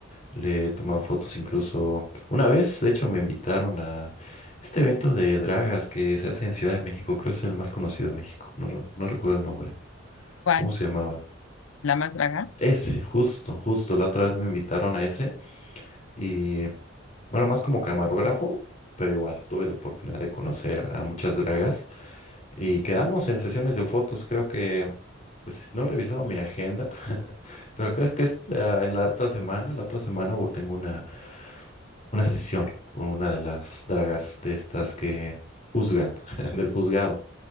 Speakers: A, on the left; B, on the left.
A: Le he tomado fotos incluso una vez, de hecho, me invitaron a este evento de dragas que se hace en Ciudad de México, creo que es el más conocido de México, no, no recuerdo el nombre.
B: ¿Cuál?
A: ¿Cómo se llamaba?
B: ¿La más draga?
A: Ese, justo, justo. La otra vez me invitaron a ese y, bueno, más como camarógrafo, pero igual tuve la oportunidad de conocer a muchas dragas y quedamos en sesiones de fotos. Creo que pues, no he revisado mi agenda, <laughs> pero crees que esta- en la otra semana, la otra semana voy- tengo una, una sesión con una de las dragas de estas que juzgan, <laughs> del juzgado.